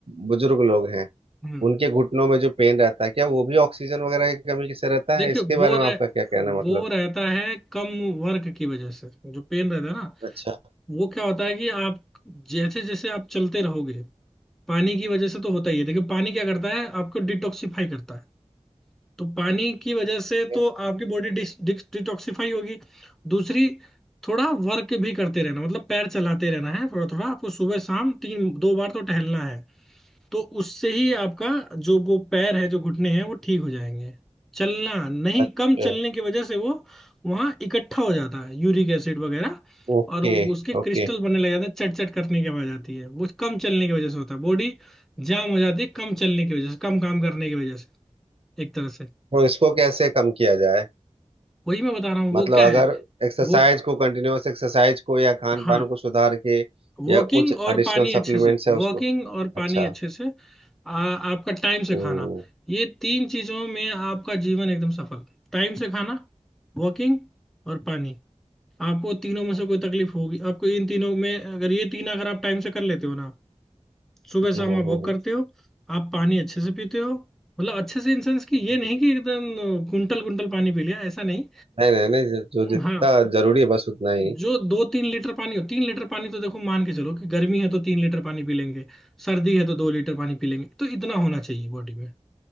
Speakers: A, on the right (about 55°); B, in the centre.
A: बुजुर्ग लोग हैं
B: हम्म
A: उनके घुटनों में जो पेन रहता है क्या वो भी ऑक्सीजन वगैरह की कमी से रहता
B: देखिए
A: है इसके
B: वो
A: बारे
B: रह,
A: में आपका क्या कहना
B: वो
A: है? मतलब
B: रहता है कम वर्क की वजह से जो पेन रहता है ना
A: अच्छा
B: वो क्या होता है कि आप जैसे जैसे आप चलते रहोगे पानी की वजह से तो होता ही है देखिए पानी क्या करता है आपको डिटॉक्सिफाई करता है तो पानी की वजह से
A: ठीक है।
B: तो आपकी बॉडी डिटॉक्सिफाई होगी दूसरी थोड़ा वर्क भी करते रहना मतलब पैर चलाते रहना है थोड़ा थोड़ा आपको सुबह शाम तीन दो बार तो टहलना है तो उससे ही आपका जो वो पैर है जो घुटने हैं वो ठीक हो जाएंगे चलना नहीं
A: अच्छा
B: कम चलने की वजह से वो वहाँ इकट्ठा हो जाता है यूरिक एसिड वगैरह
A: ओके
B: और वो- उसके
A: ओके
B: क्रिस्टल बनने लग जाते हैं चट चट करने की आवाज आती है वो कम चलने की वजह से होता है बॉडी जाम हो जाती है कम चलने की वजह से कम काम करने की वजह से एक तरह से
A: तो इसको कैसे कम किया जाए
B: वही मैं बता रहा हूँ
A: मतलब
B: वो क्या
A: अगर
B: है
A: एक्सरसाइज
B: वो
A: को कंटिन्यूअस एक्सरसाइज को या खान
B: हाँ
A: पान को सुधार के
B: वॉकिंग
A: या कुछ
B: और
A: एडिशनल
B: पानी अच्छे
A: सप्लीमेंट्स
B: से
A: है
B: वॉकिंग
A: उसको
B: और पानी
A: अच्छा
B: अच्छे से आ, आपका टाइम से
A: हम्म
B: खाना ये तीन चीजों में आपका जीवन एकदम सफल टाइम से खाना वॉकिंग और पानी आपको तीनों में से कोई तकलीफ होगी आपको इन तीनों में अगर ये तीन अगर आप टाइम से कर लेते हो ना सुबह शाम
A: हम्म हम्म,
B: आप वॉक
A: हम्म,
B: करते हो आप पानी अच्छे से पीते हो मतलब अच्छे से इन सेंस कि ये
A: हम्म।
B: नहीं कि एकदम कुंटल कुंटल पानी पी लिया ऐसा नहीं
A: नहीं नहीं नहीं जो जो जितना
B: हाँ
A: जरूरी है बस उतना ही
B: जो दो तीन लीटर पानी हो तीन लीटर पानी तो देखो मान के चलो कि गर्मी है तो तीन लीटर पानी पी लेंगे सर्दी है तो दो लीटर पानी पी लेंगे तो इतना होना चाहिए बॉडी में